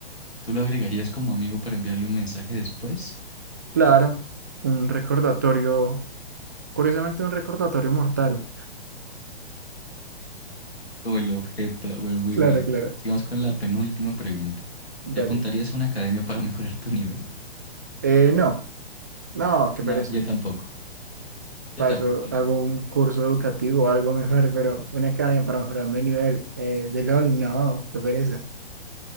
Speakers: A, on the left; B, on the right.
A: ¿Tú lo agregarías como amigo para enviarle un mensaje después?
B: Claro, un recordatorio, curiosamente un recordatorio mortal.
A: Como el objeto. Bueno, muy
B: Claro,
A: bien.
B: claro,
A: Sigamos con la penúltima pregunta.
B: dale.
A: ¿Te apuntarías a una academia para <laughs> mejorar tu nivel?
B: Eh, no, no, qué
A: No,
B: pereza.
A: yo tampoco. Yo
B: Para
A: tampoco,
B: eso
A: la
B: hago
A: verdad.
B: un curso educativo o algo mejor, pero una academia para mejorar mi nivel eh, de LOL, no, qué pereza.